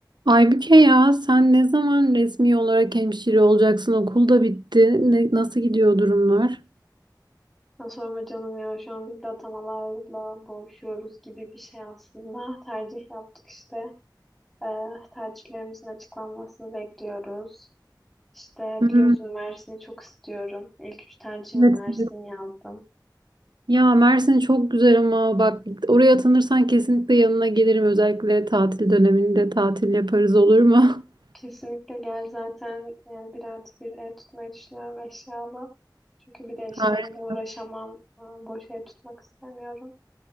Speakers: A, on the right (about 70°); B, in the centre.
A: Aybüke ya sen ne zaman resmi olarak hemşire olacaksın? Okul da bitti. Ne- nasıl gidiyor durumlar?
B: Ya sorma canım ya şu an biz de atamalarla boğuşuyoruz gibi bir şey aslında. Tercih yaptık işte. Ee, tercihlerimizin açıklanmasını bekliyoruz. İşte
A: Hmm,
B: biliyorsun Mersin'i çok istiyorum. İlk üç tercihime
A: evet.
B: Mersin
A: evet.
B: yazdım.
A: Ya Mersin çok güzel ama bak oraya atanırsan kesinlikle yanına gelirim. Özellikle tatil döneminde tatil yaparız olur mu? <laughs>
B: Kesinlikle gel zaten yani bir artı bir ev tutmayı düşünüyorum eşyalı. Çünkü bir de eşyayla
A: Harika.
B: uğraşamam. Ee, Boş ev tutmak istemiyorum.